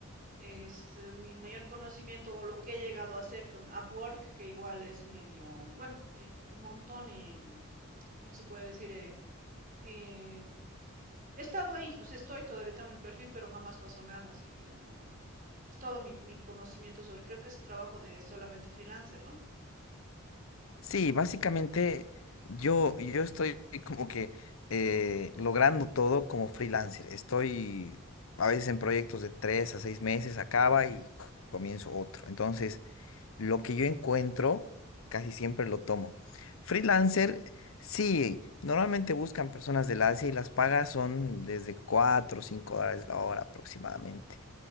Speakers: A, on the right (about 40°); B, on the left (about 70°).
A: es eh, mi mayor conocimiento o lo que he llegado a hacer con Upwork, que igual es medio, bueno, eh, un montón, eh, ¿cómo se puede decir? Eh, eh, he estado ahí, o sea, estoy, todavía tengo mi perfil, pero jamás pasó nada, así que no, Es todo mi, mi conocimiento sobre, creo que es trabajo de solamente freelancer, ¿no?
B: Sí, básicamente yo, yo estoy como que eh, logrando todo como freelancer. Estoy a veces en proyectos de tres a seis meses, acaba y c- comienzo otro. Entonces, lo que yo encuentro, casi siempre lo tomo. Freelancer, sí, normalmente buscan personas del Asia y las pagas son desde cuatro o cinco dólares la hora aproximadamente.